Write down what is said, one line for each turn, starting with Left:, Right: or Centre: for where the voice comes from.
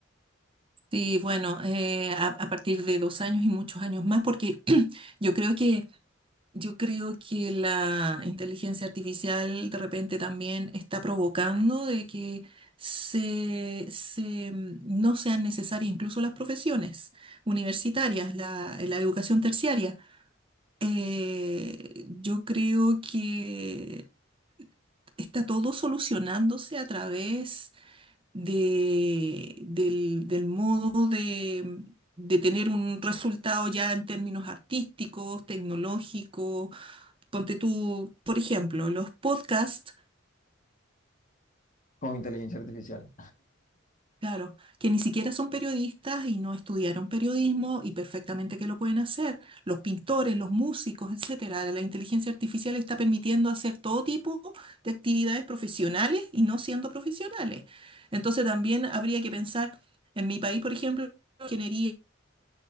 Right: Sí, bueno, eh, a, a partir de dos años y muchos años más, porque <clears throat> yo creo que, yo creo que la inteligencia artificial de repente también está provocando de que se, se, mm, no sean necesarias incluso las profesiones universitarias, la, la educación terciaria. Eh, yo creo que está todo solucionándose a través de, del, del modo de, de tener un resultado ya en términos artísticos, tecnológicos. Ponte tú, por ejemplo, los podcasts.
Left: con inteligencia artificial.
Right: Claro, que ni siquiera son periodistas y no estudiaron periodismo y perfectamente que lo pueden hacer. Los pintores, los músicos, etcétera. La inteligencia artificial está permitiendo hacer todo tipo de actividades profesionales y no siendo profesionales. Entonces también habría que pensar en mi país, por ejemplo, ingeniería